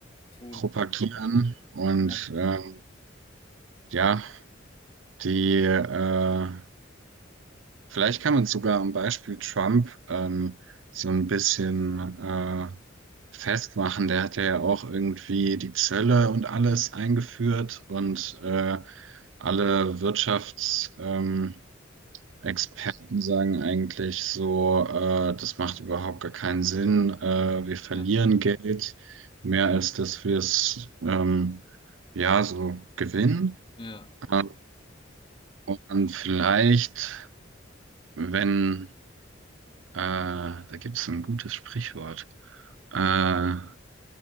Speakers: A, on the left; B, on the right.
A: Tun.
B: propagieren. Und
A: ja,
B: äh, Ja, die, äh, vielleicht kann man sogar am Beispiel Trump ähm, so ein bisschen äh, festmachen. Der hat ja auch irgendwie die Zölle und alles eingeführt und äh, alle Wirtschaftsexperten ähm, Experten sagen eigentlich so, äh, das macht überhaupt gar keinen Sinn. Äh, wir verlieren
A: ja,
B: Geld mehr als dass wir es ähm, ja so gewinnen.
A: ja,
B: Äh, und vielleicht. wenn, äh, da gibt es ein gutes Sprichwort. Äh,